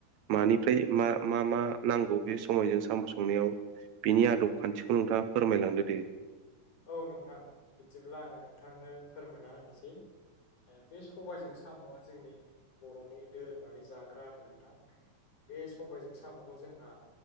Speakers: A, on the right; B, on the left.
A: मानिफ्राय मा मा मा नांगौ बे समायजों साम' संनायाव बिनि आदब खान्थिखौ नोंथाङा फोरमायलांदो दे।
B: औ नोंथां बिदिब्ला आङो नोंथांनो फोरमायना होनोसै। ओ बे सबायजों साम'आ जोंनि बर'नि दोरोङारि जाग्रा आरो नोंथां। बे सबायजों साम'खौ जोंहा